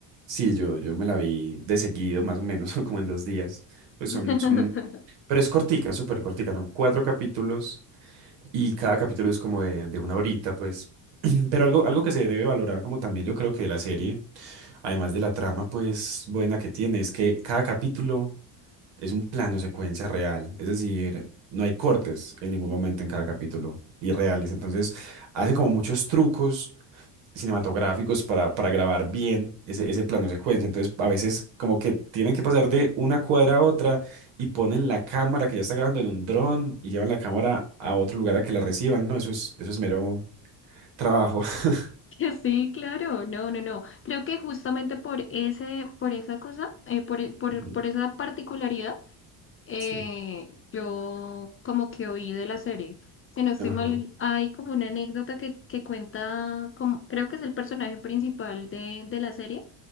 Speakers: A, on the right; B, on the left.
A: sí, yo, yo me la vi de seguido, más o menos, <laughs> como en dos días. Pues
B: <laughs>
A: son, son, pero es cortica, súper cortica, son cuatro capítulos y cada capítulo es como de, de una horita, pues. <clears throat> Pero algo, algo que se debe valorar como también yo creo que de la serie, además de la trama, pues buena que tiene, es que cada capítulo Es un plano secuencia real, es decir, no hay cortes en ningún momento en cada capítulo y reales. Entonces, hacen como muchos trucos cinematográficos para, para grabar bien ese, ese plano secuencia. Entonces, a veces como que tienen que pasar de una cuadra a otra y ponen la cámara que ya está grabando en un dron y llevan la cámara a otro lugar a que la reciban. No, eso es, eso es mero trabajo. <laughs>
B: Que sí, claro, no, no, no. Creo que justamente por ese, por esa cosa, eh, por, por,
A: Ujú,
B: por esa particularidad. eh,
A: Sí.
B: yo como que oí de la serie. Si no estoy
A: Ajá,
B: mal, hay como una anécdota que, que cuenta, como, creo que es el personaje principal de, de la serie,